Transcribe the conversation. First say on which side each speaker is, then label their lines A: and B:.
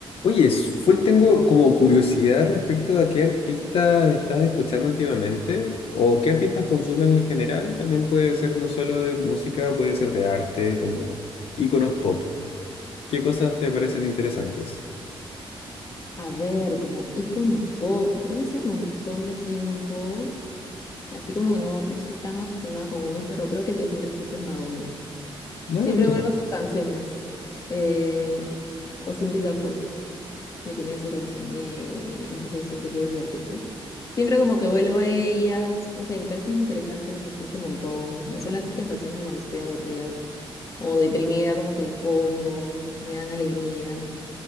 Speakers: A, on the left (about 75°); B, on the left (about 35°).
A: Oye, es- full tengo como curiosidad respecto a qué artistas estás escuchando últimamente o qué artistas consumes en general. También puede ser no solo de música, puede ser de arte, como íconos pop. ¿Qué cosas te parecen interesantes?
B: A ver, como icono pop, creo que hace un montón de tiempo, así como que no, no estoy tan aficionada con uno, pero creo que el que siempre escucho es Madonna.
A: Ah,
B: Siempre
A: mira,
B: vuelvo a sus canciones. eh, o Cindy Lauper, que tiene su canción de Las mujeres son te quieren divertirse. Siempre como que vuelvo a ellas, no sé, me parecen interesantes, las escucho un montón. Eh, Son las típicas canciones que cuando estoy aburrida o deprimida como que las pongo, me dan alegría.